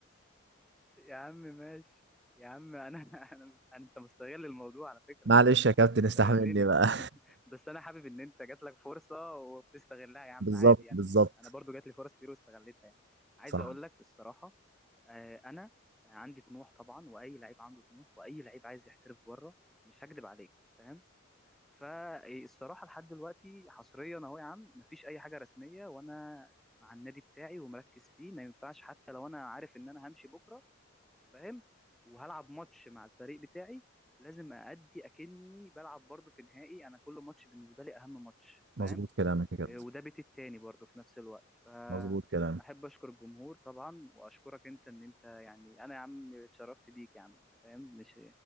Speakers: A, in the centre; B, on the right.
A: يا عم ماشي يا عم <laughs> انا انا أنا- مش- انت مستغل الموضوع على فكرة
B: معلش يا
A: انت
B: كابتن
A: بتستغلني
B: استحملني بقى
A: <laughs> بس انا حابب ان انت جات لك فرصة وبتستغلها يا عم
B: بالظبط
A: عادي يعني
B: بالظبط
A: انا برضو جات لي فرص كتير واستغلتها يعني عايز
B: صح
A: اقول لك الصراحة آه، انا عندي طموح طبعا واي لعيب عنده طموح واي لعيب عايز يحترف بره مش هكدب عليك فاهم فالصراحة لحد دلوقتي حصريا اهو يا عم مفيش اي حاجة رسمية وانا مع النادي بتاعي ومركز فيه ما ينفعش حتى لو انا عارف ان انا همشي بكرة فاهم وهلعب ماتش مع الفريق بتاعي لازم أأدي أكني بلعب برضه في نهائي أنا كل ماتش بالنسبة لي أهم ماتش
B: مظبوط
A: فاهم
B: كلامك يا كابتن
A: إيه، وده بيتي التاني برضه في نفس الوقت فأحب
B: مظبوط كلامك
A: أشكر الجمهور طبعا وأشكرك أنت إن أنت يعني أنا يا عم اتشرفت بيك يا عم فاهم مش